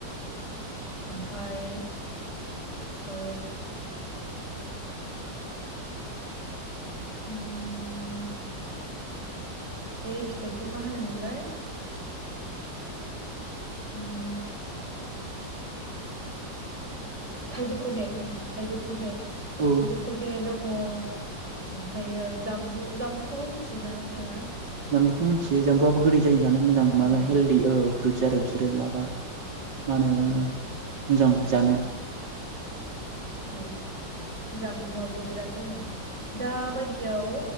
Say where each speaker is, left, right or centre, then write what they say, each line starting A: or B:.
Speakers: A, on the right; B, on the right.
A: ओमफाय ओ उम बै फिथाइखौ मा होनोमोनलाय उम थाइजौ खहे उ थाइजौ खहे
B: औ
A: थाइजौ खहे हे दङ ओमफ्रायो जाबबु जामबुखौबो मिनथियोना नोंथाङा?
B: जामबुखौ मोनथियो जामबुआबो गोदै जायो जानो मोजां माबा
A: औ
B: हेल दि ओ फ्रुइदस आरो बिसोरो माबा मा होनो मोजां जानो।
A: औ जामबुआबो बिराद दङ दा बायदियाव